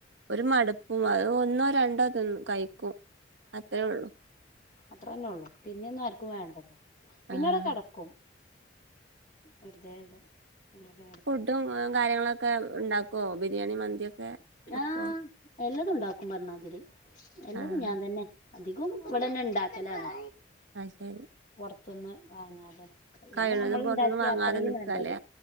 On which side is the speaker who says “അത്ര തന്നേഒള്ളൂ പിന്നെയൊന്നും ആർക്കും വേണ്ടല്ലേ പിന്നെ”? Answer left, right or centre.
Left